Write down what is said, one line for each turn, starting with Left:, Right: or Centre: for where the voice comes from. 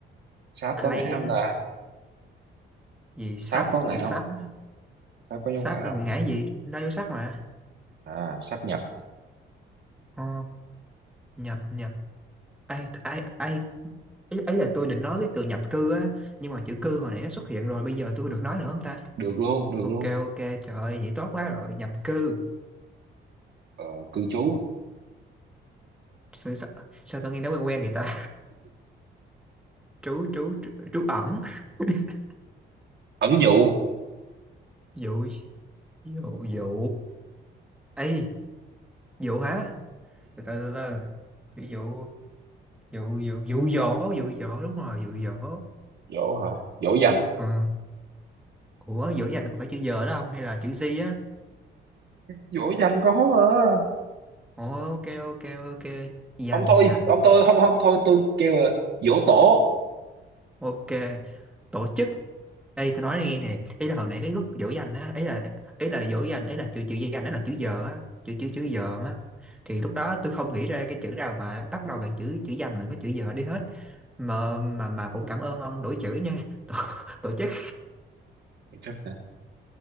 Right: sáp
Centre: clear
Right: có ngã không ta
Centre: gì
Right: sáp
Centre: sáp
Right: có ngã
Centre: từ sáp
Right: không
Centre: á
Right: sáp có dấu
Centre: sáp
Right: ngã
Centre: là
Right: không
Centre: ngã gì nó vô sắc mà
Right: à sáp nhập
Centre: ồ nhập nhập ai ai ai ấy, ấy là tôi định nói cái từ nhập cư á nhưng mà chữ cư hồi nãy nó xuất hiện rồi bây giờ tôi có được nói nữa không ta
Right: được luôn được
Centre: Ok
Right: luôn
Centre: ok trời ơi vậy tốt quá rồi nhập cư
Right: Ờ, cư trú
Centre: sao, sao, sao tao nghe nó quen quen người ta <laughs> trú trú trú, trú ẩn <laughs>
Right: ẩn dụ
Centre: dụ dụ dụ ê dụ hả từ từ từ từ. ví dụ dụ dụ dụ dỗ dụ dỗ đúng rồi dụ dỗ
Right: dỗ hả dỗ dành
Centre: ừ. ủa dỗ dành có phải chữ giờ đó không hay là chữ gì á
Right: dỗ dành có mà
Centre: Ồ, ok ok ok dành
Right: ông thôi
Centre: dành
Right: ông thôi không không thôi tôi kêu là dỗ tổ
Centre: ok tổ chức Ê tôi nói nghe nè ý là hồi nãy cái lúc dỗ dành á ý là ý là dỗ dành ý là chữ chữ dành đó là chữ giờ á chữ chữ chữ giờ á thì lúc đó tôi không nghĩ ra cái chữ nào mà bắt đầu bằng chữ chữ dành mà có chữ giờ đi hết mà mà mà cũng cảm ơn ông đổi chữ nha <laughs> tổ, tổ chức
Right: chắc hả?